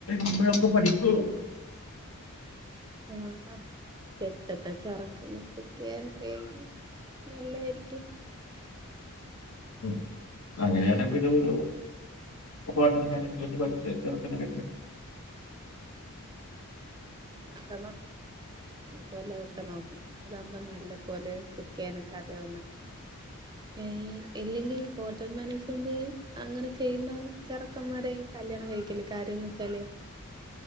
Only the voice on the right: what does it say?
ആഹ പെട്ടത്തെ ചറക്കന് കുക്കി ചെയ്യാൻ അറിയെങ്കിൽ നല്ലായിരിക്കും
നോക്കണം വല്ലതൊക്കെ നോക്കണം അതാകുമ്പ നല്ല പോലെ കുക്ക് ചെയ്യാന റിയാവുന്നെ ഏ ഇല്ലെങ്കിൽ ഹോട്ടൽ മാനേജ്മെന്റ് അങ്ങനെ ചെയ്യുന്ന ചെറക്കന്മാര കല്യാ കഴിക്കല് കാര്യംന്ന് വച്ചാലേ